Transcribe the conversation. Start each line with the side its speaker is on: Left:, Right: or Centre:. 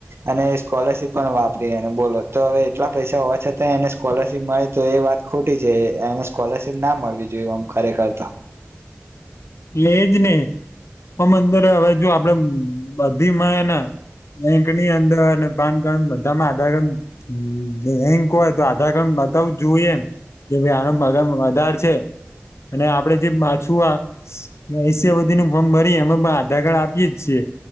Right: અને સ્કોલરશીપ પણ વાપરી અને બોલો તો હવે એટલા પૈસા હોવા છતાં એને સ્કોલરશીપ મળે તો એ વાત ખોટી છે એને સ્કોલરશીપ ના મળી જોઈએ આમ ખરખરકરતા
Left: લેજ ને પણ અંદર હવે જો આપડે બધીમાં ને એંકની અંદર અને પાન કાર્ડ બધામાં આધાર કાર્ડ એંક હોય તો આધાર કાર્ડ બતાવ જોઈએ એમ કે ભાઈ આનું મ વધાર છે અને આપડે જે માછું આ એશ બધી નું ફોર્મ ભરી અમે આધાર કાર્ડ આપીએ જ છીએ